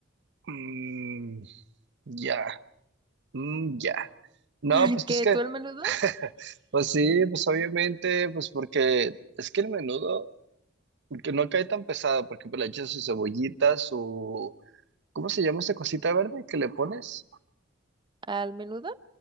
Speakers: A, on the right; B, on the right.
A: mm, ya, mm, ya. No,
B: <laughs>
A: pues
B: ¿Que
A: es que,
B: tú el menudo?
A: <laughs> pues sí, pues obviamente, pues porque es que el menudo que no cae tan pesado, porque pues, le echas su cebollita, su, ¿cómo se llama esa cosita verde que le pones?
B: Al menudo,